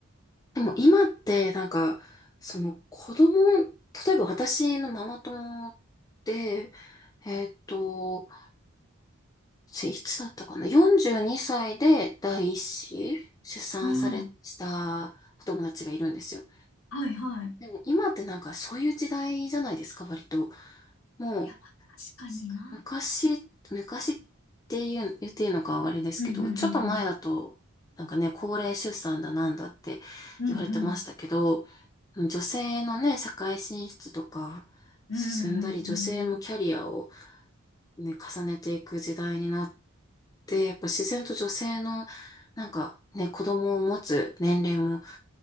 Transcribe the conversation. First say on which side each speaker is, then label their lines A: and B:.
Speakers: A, on the left; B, on the left.
A: でも今ってなんか、その子供、例えば私のママ友で、えっと、いつだったかな ?42 歳で第一子出産され、
B: うん。
A: したお友達がいるんですよ。
B: はいはい。
A: でも今ってなんかそういう時代じゃないですか、割と。もう
B: いや、まあ確かにな。
A: 昔、昔っていう、言っていいのかあれですけど、
B: うんうん
A: ちょっと前だと、なんかね、高齢出産だなんだって言われてましたけど、
B: うんうん。うんうん。
A: 女性のね、社会進出とか進んだり、
B: うんうんうん
A: 女性もキャリアをね、重ねていく時代になって、やっぱ自然と女性の、なんかね、子供を持つ年齢も